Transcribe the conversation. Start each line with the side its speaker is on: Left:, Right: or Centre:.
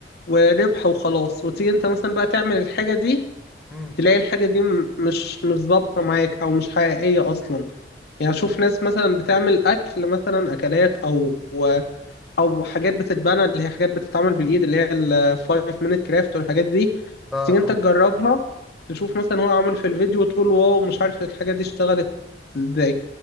Left: وربح وخلاص وتيجي انت مثلا بقى تعمل الحاجة دي
Centre: مم،
Left: تلاقي الحاجة دي م- مش مش ظابطة معاك أو مش حقيقية أصلا يعني أشوف ناس مثلا بتعمل أكل مثلا أكلات أو أو حاجات بتتبنى اللي هي حاجات بتتعمل بالإيد اللي هي ال 5 minute craft والحاجات دي
Centre: اه اه
Left: تيجي أنت تجربها تشوف مثلا هو عمل في الفيديو وتقول واو مش عارف الحاجة دي اشتغلت إزاي